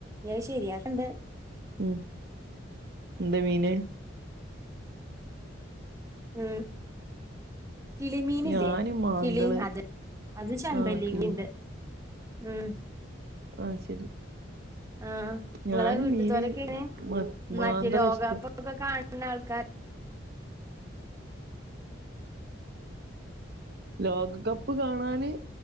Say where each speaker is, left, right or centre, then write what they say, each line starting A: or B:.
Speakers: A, on the right; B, on the right.
A: ഞൻ ശരിയാക്കണ്ട്
B: ഉ എന്തമീന്
A: ഉം കിളിമീന്ല്ലേ
B: ഞാന് മാന്തള്
A: കിളി അത് അത് ചെമ്പല്ലി
B: ആഹ് കിളി
A: ല്ണ്ട് ഉം
B: ഓ ശരി
A: ആഹ്
B: ഞാന്
A: ങ്ങളെ വീട്ടത്തോരൊക്കേണ്.
B: മീന് മ മാന്തള
A: മറ്റേ ലോകകപ്പൊക്കെ
B: ഇഷ്ടം
A: കാണുന്ന ആൾക്കാർ
B: ലോകകപ്പ് കാണാന്